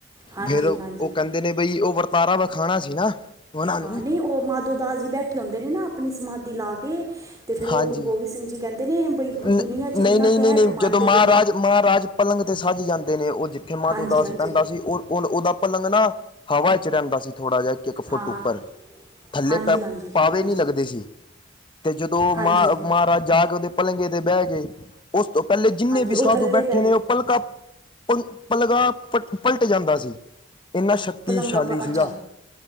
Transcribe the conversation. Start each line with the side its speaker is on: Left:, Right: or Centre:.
Right: ਹਾਂਜੀ
Left: ਫਿਰ
Right: ਹਾਂਜੀ
Left: ਕਹਿੰਦੇ ਨੇ ਬਈ, ਉਹ ਵਰਤਾਰਾ ਵਖਾਣਾ ਸੀ ਨਾ ਉਹਨਾਂ ਨੂੰ
Right: ਹਾਂ, ਨਹੀਂ ਉਹ ਮਾਧੋ ਦਾਸ ਜੀ ਬੈਠੇ ਹੁੰਦੇ ਨੇ ਨਾ ਆਪਣੀ ਸਮਾਧੀ ਲਾ ਕੇ, ਤੇ ਫਿਰ ਉਹ
Left: ਹਾਂਜੀ
Right: ਗੁਰੂ ਗੋਬਿੰਦ ਸਿੰਘ ਜੀ ਕਹਿੰਦੇ ਨੇ ਬਈ
Left: ਨਹੀਂ
Right: ਦੁਨੀਆਂ 'ਚ ਇੰਨਾ
Left: ਨਹੀਂ
Right: ਕਹਿਰ
Left: ਨਹੀਂ ਨਹੀਂ
Right: ਕਮਾਂਦੇ
Left: ਜਦੋਂ ਮਹਾਰਾਜ
Right: ਪਏ ਨੇ
Left: ਮਹਾਰਾਜ ਪਲੰਗ 'ਤੇ ਸੱਜ ਜਾਂਦੇ ਨੇ, ਉਹ ਜਿੱਥੇ ਮਾਧੋਦਾਸ
Right: ਹਾਂਜੀ ਹਾਂਜੀ
Left: ਪੈਂਦਾ ਸੀ ਉਹ ਓੰਨ ਉਹਦਾ ਪਲੰਗ ਨਾ, ਹਵਾ 'ਚ ਰਹਿੰਦਾ ਸੀ। ਥੋੜਾ ਜਿਹਾ ਇੱਕ-ਇੱਕ ਫੁੱਟ
Right: ਹਾਂ
Left: ਉੱਪਰ, ਥੱਲੇ
Right: ਹਾਂਜੀ
Left: ਪ
Right: ਹਾਂਜੀ
Left: ਪਾਵੇ
Right: ਹਾਂਜੀ
Left: ਨਹੀਂ ਲੱਗਦੇ ਸੀ। 'ਤੇ ਜਦੋਂ ਮ
Right: ਹਾਂਜੀ
Left: ਮਹਾਰਾਜ ਜਾ ਕੇ ਉਹਦੇ ਪਲੰਗੇ 'ਤੇ ਬਹਿ ਗਏ, ਉਸ ਤੋਂ ਪਹਿਲੇ ਜਿੰਨੇ
Right: ਹਾਂਜੀ
Left: ਵੀ
Right: ਉਹ
Left: ਸਾਧੂ
Right: ਥੱਲੇ
Left: ਬੈਠੇ
Right: ਬਹਿ
Left: ਨੇ
Right: ਗਏ
Left: ਉਹ ਪਲਕਾ ਪ ਪਲਗਾ ਪ ਪਲਟ ਜਾਂਦਾ ਸੀ, ਇੰਨਾ ਸ਼ਕਤੀਸ਼ਾਲੀ
Right: ਪਲੰਗਾ ਪ
Left: ਸੀਗਾ।
Right: ਅੱਛਾ